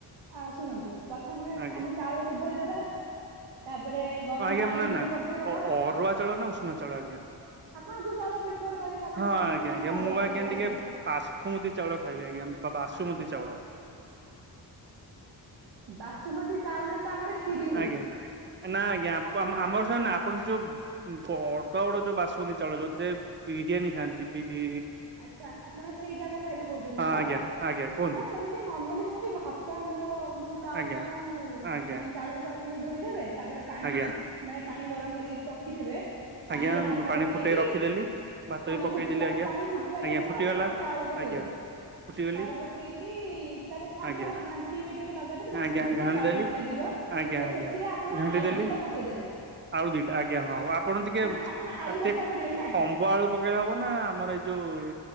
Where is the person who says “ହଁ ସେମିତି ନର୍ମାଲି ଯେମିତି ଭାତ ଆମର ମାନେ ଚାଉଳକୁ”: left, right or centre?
Right